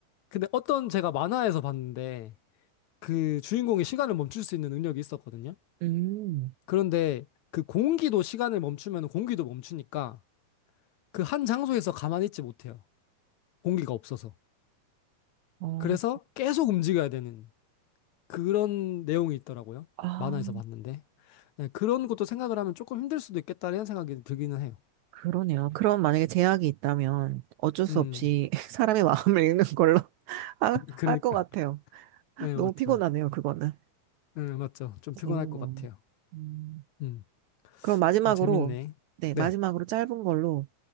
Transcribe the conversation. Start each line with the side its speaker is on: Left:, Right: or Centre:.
Left: 근데 어떤 제가 만화에서 봤는데, 그 주인공이 시간을 멈출 수 있는 능력이 있었거든요.
Right: 음,
Left: 그런데 그 공기도 시간을 멈추면 공기도 멈추니까 그 한 장소에서 가만히 있지 못해요. 공기가 없어서.
Right: 어,
Left: 그래서 계속 움직여야 되는 그런 내용이 있더라고요.
Right: 아,
Left: 만화에서 봤는데. 네, 그런 것도 생각을 하면 조금 힘들 수도 있겠다는 생각이 들기는 해요.
Right: 그러네요. 그럼 만약에 제약이 있다면 어쩔 수
Left: 음.
Right: 없이 <laughs> 사람의 마음을 읽는 걸로 <laughs>
Left: <laughs> 그러니까.
Right: 할 것 같아요.
Left: 네,
Right: 너무
Left: 맞죠.
Right: 피곤하네요, 그거는.
Left: 네, 맞죠. 좀 피곤할
Right: 재밌네요.
Left: 것 같아요.
Right: 음,
Left: 음,
Right: 그럼 마지막으로,
Left: 음, 재밌네.
Right: 네,
Left: 네,
Right: 마지막으로 짧은 걸로,